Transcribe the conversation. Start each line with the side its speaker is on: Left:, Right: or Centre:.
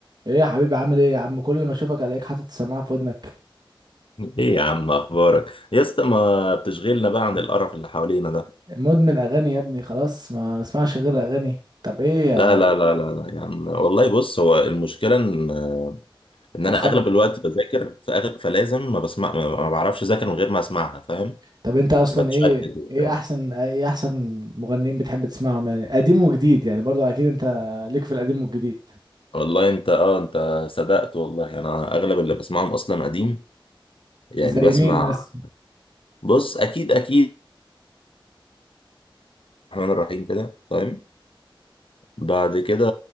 Right: ايه يا حبيبي عامل ايه يا عم كل ما اشوفك الاقيك حاطط السماعه في ودنك
Left: ايه يا عم اخبارك يا اسطى ما بتشغلنا بقى عن القرف اللي حوالينا ده
Right: مدمن اغاني يا ابني خلاص ما بسمعش غير اغاني طب ايه يا-
Left: لا لا لا لا لا يا عم والله بص هو المشكله ان ان
Right: بتخرج
Left: انا اغلب الوقت بذاكر فأغ- فلازم ما بسمع ما ما بعرفش اذاكر من غير ما اسمعها فاهم
Right: طب انت اصلا
Left: بتشتت
Right: ايه
Left: وبتاع.
Right: ايه احسن ايه احسن مغنيين بتحب تسمعهم يعني قديم وجديد يعني برضو اكيد انت ليك في القديم والجديد
Left: والله انت اه انت صدقت والله انا اغلب اللي بسمعهم اصلا قديم يعني
Right: زي
Left: بسمع
Right: مين مثلا
Left: بص اكيد اكيد الرحمن الرحيم كده فاهم بعد كده